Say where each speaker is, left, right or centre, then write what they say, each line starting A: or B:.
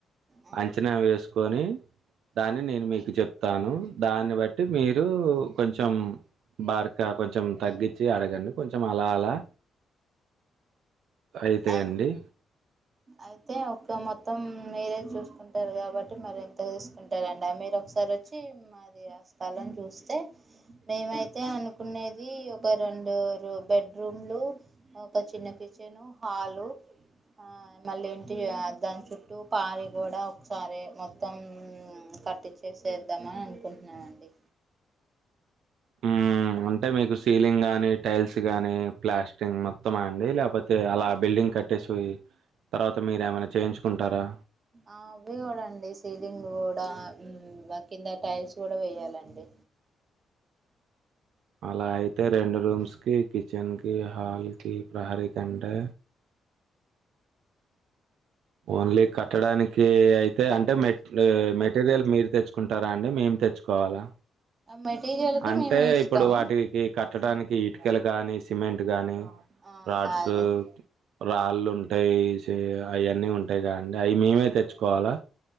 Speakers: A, on the right; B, on the right.
A: ఆ
B: అంచనా వేసుకొని దాన్ని నేను మీకు చెప్త ను దాన్ని బట్టి మీరు కొంచెం బార్క్ క కొంచెం తగ్గించి అడగండి కొంచెం అలా అలా అయితాయండి.
A: అయి అయితే ఒకము మొత్తం మీరే చూసుకుంటారు కాబట్టి మరి ఇంత తీసుకుంటారండి మీరు ఒకసారి వచ్చి మాది స్థలం చూస్తే మేమైతే అనుకునేది ఒక రెండు రూ బెడ్రూమ్ ఒక చిన్న కిచెను హాలు ఆ మళ్ళీ ఏంటి దాని చుట్టూ పారి గోడ ఒకసారి మొత్తం కట్టి చేసేద్దామని అనుకుంటున్నానండి
B: హ్మ్. అంటే మీకు సీలింగ్ గానీ టైల్స్ గానీ ప్లాస్టింగ్ మొత్తమా అండి లేకపోతే అలా బిల్డింగ్ కట్టేసి పోయి తర్వాత మీరు ఏమైనా చేయించుకుంటారా
A: ఆ అవి కూడా అండి సీలింగ్ కూడా దాని కింద టైల్స్ కూడా వేయాలండి
B: అలా అయితే రెండు రూమ్స్ కి కిచెన్ కి హాల్ కి ప్రహరీ కంటే ఓన్లీ కట్టడానికి అయితే అంటే మె మెటీరియల్ మీరు తెచ్చుకుంటారా అండి మేము తెచ్చుకోవాలా
A: మెటీరియల్కి
B: అంటే
A: మేము ఇస్తాం
B: ఇప్పుడు వాటికి కట్టడానికి ఇటుకలు కానీ సిమెంట్ కాగానీ
A: ఆ
B: రాడ్స్
A: అదే
B: రాళ్ళు ఉంటాయి అవన్నీ ఉంటాయి కదండి అవి మేమే తెచ్చుకోవాలా